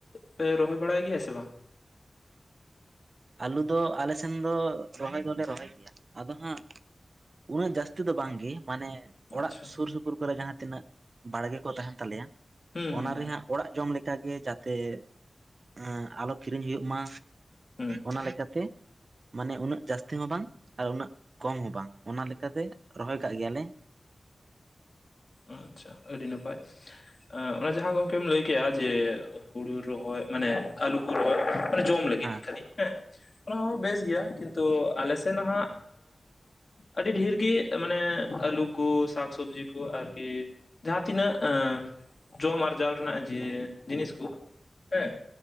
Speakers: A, on the left; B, on the right.
A: ᱯᱮ ᱨᱚᱦᱚᱭ ᱵᱟᱲᱟᱭ ᱜᱮᱭᱟ ᱥᱮ ᱵᱟᱝ?
B: ᱟᱞᱩ ᱫᱚ ᱟᱞᱮ ᱥᱮᱱ ᱫᱚ ᱨᱚᱦᱚᱭ ᱫᱚᱞᱮ ᱨᱚᱦᱚᱭ ᱜᱮᱭᱟ ᱟᱫᱚ ᱦᱟᱸᱜ, ᱩᱱᱟᱹᱜ ᱡᱟᱹᱥᱛᱤ ᱫᱚ ᱵᱟᱝ ᱜᱮ ᱢᱟᱱᱮ ᱚᱲᱟᱜ
A: ᱟᱪᱪᱷᱟ
B: ᱥᱩᱨ ᱥᱩᱯᱩᱨ ᱠᱚᱨᱮ ᱡᱟᱦᱟᱸ ᱛᱤᱱᱟᱹᱜ ᱵᱟᱲᱜᱮ ᱠᱚ ᱛᱟᱦᱮᱱ ᱛᱟᱞᱮᱭᱟ,
A: ᱦᱩᱸ ᱦᱩᱸ
B: ᱚᱱᱟᱨᱮᱦᱟᱸᱜ ᱚᱲᱟᱜ ᱡᱚᱢ ᱞᱮᱠᱟᱜᱮ ᱡᱟᱛᱮᱜ ᱮᱸ ᱟᱞᱚ ᱠᱤᱨᱤᱧ ᱦᱩᱭᱩᱜ ᱢᱟ᱾
A: ᱦᱩᱸ
B: ᱚᱱᱟ ᱞᱮᱠᱟᱛᱮ, ᱢᱟᱱᱮ ᱩᱱᱟᱹᱜ ᱡᱟᱹᱥᱛᱤ ᱦᱚᱸ ᱵᱟᱝ ᱟᱨ ᱩᱱᱟᱹᱜ ᱠᱚᱢ ᱦᱚᱸ ᱵᱟᱝ ᱚᱱᱟ ᱞᱮᱠᱟᱛᱮ ᱨᱚᱦᱚᱭ ᱠᱟᱜ ᱜᱮᱭᱟᱞᱮ᱾
A: ᱩᱸ ᱟᱪᱪᱷᱟ ᱟᱹᱰᱤ ᱱᱟᱯᱟᱭ᱾ ᱮᱸ ᱚᱱᱟ ᱡᱟᱸᱦᱟ ᱜᱚᱝᱠᱮᱢ ᱞᱟᱹᱭ ᱠᱮᱜᱼᱟ ᱡᱮ ᱦᱩᱲᱩ ᱨᱚᱦᱚᱭ ᱢᱟᱱᱮ ᱟᱞᱩ ᱠᱚ ᱨᱚᱦᱚᱭ, ᱢᱟᱱᱮ ᱡᱚᱢ ᱞᱟᱹᱜᱤᱫ
B: ᱦᱮᱸ
A: ᱠᱷᱟᱹᱞᱤ ᱦᱮᱸ ᱚᱱᱟ ᱦᱚᱸ ᱵᱮᱥ ᱜᱮᱭᱟ᱾ ᱠᱤᱱᱛᱩ ᱟᱞᱮᱥᱮᱱ ᱦᱟᱸᱜ ᱟᱹᱰᱤ ᱰᱷᱮᱨ ᱜᱤ ᱢᱟᱱᱮ ᱟᱹᱞᱩ ᱠᱩ, ᱥᱟᱠ ᱥᱚᱵᱡᱤ ᱠᱩ ᱟᱨᱠᱤ ᱡᱟᱦᱟ ᱛᱤᱱᱟᱹᱜ ᱮᱸ ᱡᱚᱢ ᱟᱨᱡᱟᱣ ᱨᱮᱱᱟᱜ ᱡᱮ ᱡᱤᱱᱤᱥ ᱠᱩ ᱦᱮᱸ,